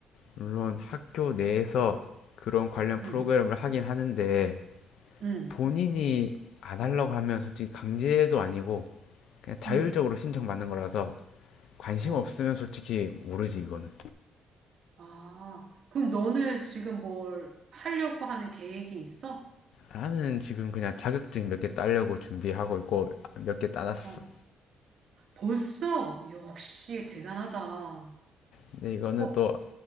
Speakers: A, on the left; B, on the right.
A: 물론 학교 내에서 그런 관련 프로그램을
B: 응,
A: 하긴 하는데
B: 응,
A: 본인이 안 하려고 하면 솔직히 강제도 아니고 그냥 자율적으로
B: 응.
A: 신청받는 거라서 관심
B: 어.
A: 없으면 솔직히 모르지 이거는.
B: 아, 그럼 너는 지금 뭘 하려고 하는 계획이 있어?
A: 나는 지금 그냥 자격증 몇 개 따려고 준비하고 있고 몇 개 따놨어.
B: 어. 벌써? 역시 대단하다.
A: 근데 이거는
B: 어,
A: 또